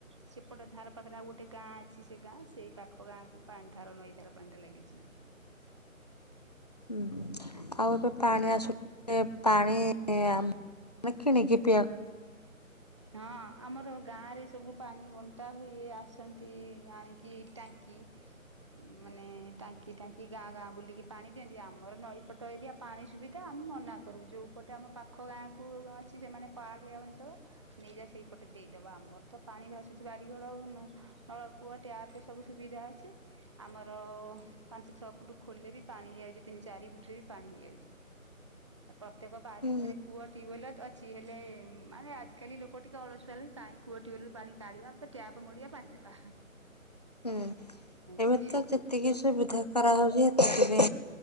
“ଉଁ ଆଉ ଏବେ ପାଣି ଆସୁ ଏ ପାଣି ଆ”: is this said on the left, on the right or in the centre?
Left